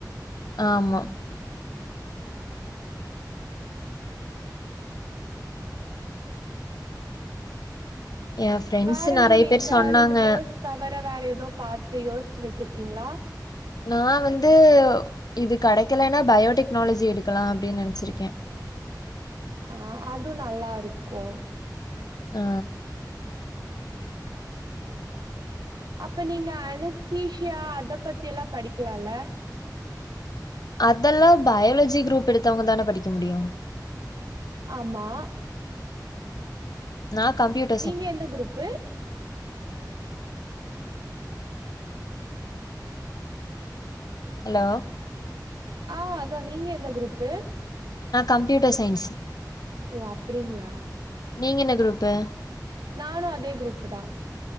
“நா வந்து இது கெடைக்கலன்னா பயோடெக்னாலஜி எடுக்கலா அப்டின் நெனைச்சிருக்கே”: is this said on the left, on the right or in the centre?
Left